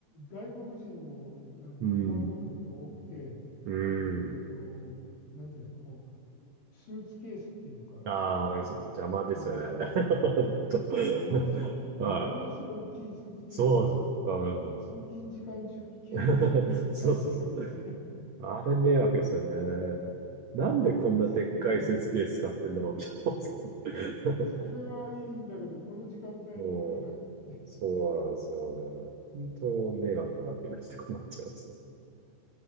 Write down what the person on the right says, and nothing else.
うん。う
ん。
ああ、わかります。邪魔ですよね。
<laughs> ほんと <laughs>。
はい。
そうです。あー
<laughs> そうそうそう。あれ迷惑ですよね。なんでこんなでっかいスーツケース使ってんだろうって思うんですけど。
<laughs> もう、そうなんですよ。本当迷惑なわけないと困っちゃいますよ。